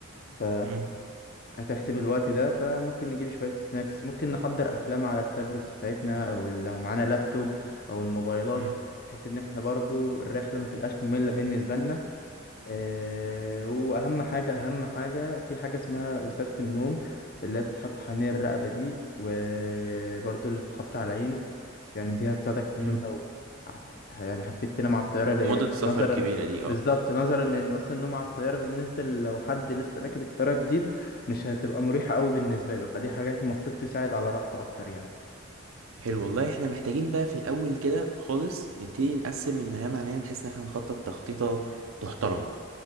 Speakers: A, on the left; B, on the right.
A: ف
B: مم.
A: هتحسب الوقت ده فممكن نجيب شوية سناكس ممكن نحضر أفلام على التابلتس بتاعتنا أو لو معانا لابتوب أو الموبايلات
B: مم.
A: بحيث إن احنا برضو الرحلة ما تبقاش مملة بالنسبة لنا آه، واهم حاجه اهم حاجه في حاجه اسمها وسادة النوم اللي هي بتتحط حوالين الرقبه دي وبرده اللي بتتحط على العين يعني دي هتساعدك في النوم
B: مم.
A: لو ع- يعني حبيت تنام على الطياره ل-
B: مدة السفر
A: نظرا
B: الكبيرة دي اه
A: بالظبط نظرا لان اصلا النوم على الطياره بالنسبه لو حد لسه راكب الطياره جديد مش هتبقى مريحه قوي بالنسبه له فدي حاجات المفروض تساعد على راحته اكتر يعني
B: حلو والله احنا محتاجين بقى في الأول كده خالص نبتدي نقسم المهام علينا بحيث ان احنا نخطط تخطيطة تحترم